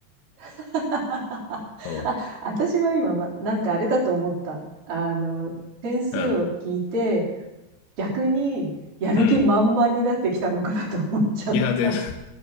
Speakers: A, on the right; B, on the left.
A: <laughs>
B: そ
A: あ私は今、まなんかあれだと思った。あの、点数を聞いて、
B: う。うん。
A: 逆にやる気満々になってきたのかなと思っちゃった。
B: うん。いや、全 <laughs> い